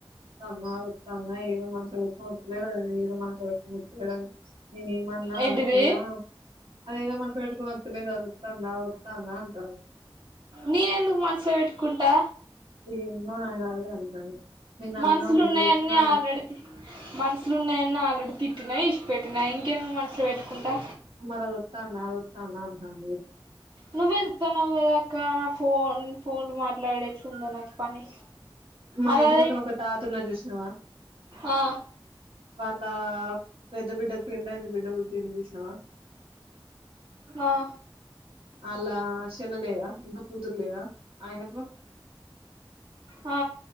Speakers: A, on the right; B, on the right.
A: <inaudible> ఆ ఏదో మనసులో పెట్టుకొని వత్తాలేదు అది ఏదో మనసులో పెట్టుకొని ఉ నేను ఏమన్నా
B: ఏంటిది
A: అనుకున్నా అదేదో మన పెట్టుకొని వత్తలేదు అది వత్తాందా వత్తాందా అంటన్నా
B: నేనెందుకు మనసులో పెట్టుకుంటా
A: ఇమ్మా ఆయన అదే <unintelligible>
B: మనుషులు
A: వదిలేసినా,
B: ఉన్నాయన్నీ ఆల్రెడీ తీ మనుసులున్నాయన్న ఆల్రెడీ తిట్టినా ఇసిపెట్టినా ఇంకేమి మనసులో పెట్టుకుంటా
A: మరి అది వత్తందా అది వత్తాందా అంటాను
B: నువ్వు ఎళ్తున్నావు కదా అక్కా ఫోన్ ఫోన్లు మాట్లాడేట్లుందో నాకు పని
A: మా
B: అదదే
A: ఇంటి పక్క ఒక తాత ఉన్న చూసినావా
B: ఆ
A: వాళ్ళ పెద్ద బిడ్డకి పెళ్ళయింది బిడ్డ పుట్టింది చూసినావా
B: ఆ
A: అలా చెల్లలేదా ఇంకా కూతురు లేదా ఆయనకు
B: ఆ